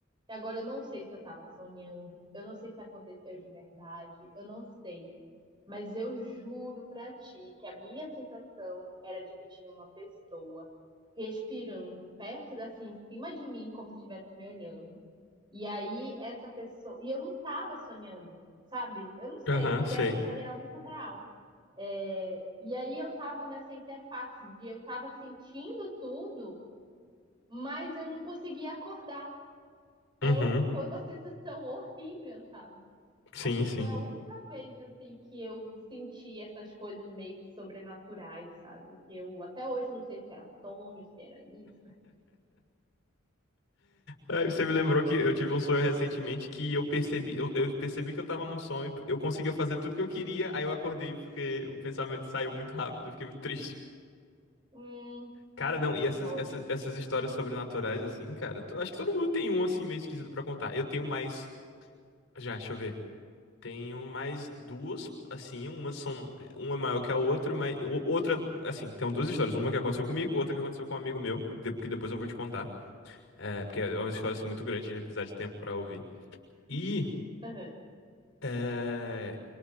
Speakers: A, on the right; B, on the left.
A: E agora eu não sei se eu tava sonhando, eu não sei se aconteceu de verdade, eu não sei. Mas eu juro pra ti que a minha sensação era de que tinha uma pessoa respirando perto, assim, em cima de mim, como se estivesse me olhando. E aí, essa pessoa. E eu não tava sonhando, sabe? Eu não sei
B: Aham,
A: se
B: sei.
A: era um sonho, era muito real. É, E aí, eu tava nessa interface de eu tava sentindo tudo, mas eu não conseguia acordar é,
B: Uhum.
A: o- foi uma sensação horrível, sabe?
B: Sim,
A: Acho que
B: sim.
A: foi a única vez assim que eu senti essas coisas meio que sobrenaturais, sabe? Que eu até hoje eu não sei se era sonho, se era isso.
B: Aí você me lembrou que eu tive um sonho recentemente que eu percebi, eu, eu percebi que eu tava num sonho, eu conseguia fazer tudo que eu queria, aí eu acordei porque o pensamento saiu muito rápido, eu fiquei muito triste.
A: Hum,
B: Cara, não, e essas,
A: nossa.
B: essas, essas histórias sobrenaturais, assim, cara, to- acho que todo mundo tem um, assim, meio esquisito pra contar. Eu tenho mais, já, deixa eu ver, tenho mais duas, assim, umas são, é, uma é maior que a outra, mas, o- outra, assim, tem duas histórias, uma que aconteceu comigo, outra que aconteceu com um amigo meu, de- que depois eu vou te contar, é, porque é uma história, assim, muito grande, a gente vai precisar de tempo pra ouvir. E
A: Aham,
B: É,